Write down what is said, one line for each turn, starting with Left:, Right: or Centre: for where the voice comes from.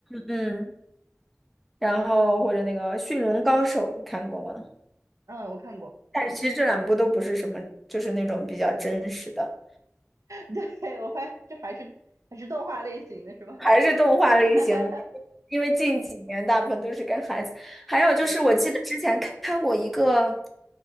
Centre: 嗯，然后或者那个《驯龙高手》，你看过吗？
Right: 嗯，我看过，
Centre: 但是其实这两部都不是什么，就是那种比较真实的。
Right: <laughs> 对，我发现这还是还是动画类型的是吧？
Centre: 还是动画类型的，
Right: <laughs>
Centre: 因为近几年大部分都是跟孩子。还有就是，
Right: 对，
Centre: 我记得之前看看过一个